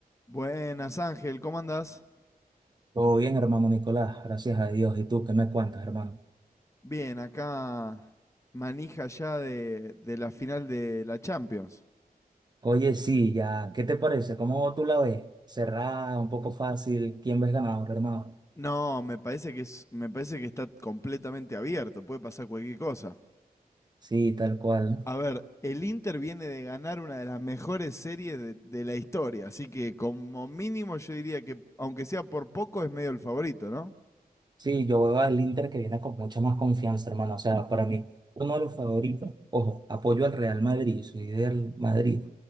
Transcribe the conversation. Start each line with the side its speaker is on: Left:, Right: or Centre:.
Left: Buenas, Ángel, ¿cómo andás?
Right: Todo bien, hermano Nicolás, gracias a Dios. ¿Y tú qué me cuentas, hermano?
Left: Bien, acá manija ya de, de la final de la Champions.
Right: Oye, sí, ya, ¿qué te parece? ¿Cómo tú la ves? Cerrada, un poco fácil. ¿Quién ves ganador, hermano?
Left: No, me parece que es, me parece que está completamente abierto, puede pasar cualquier cosa.
Right: Sí, tal cual.
Left: A ver, el Inter viene de ganar una de las mejores series de, de la historia, así que como mínimo yo diría que, aunque sea por poco, es medio el favorito, ¿no?
Right: Sí, yo veo al Inter que viene con mucha más confianza, hermano. O sea, para mí, uno de los favoritos. Ojo, apoyo al Real Madrid, soy del Madrid.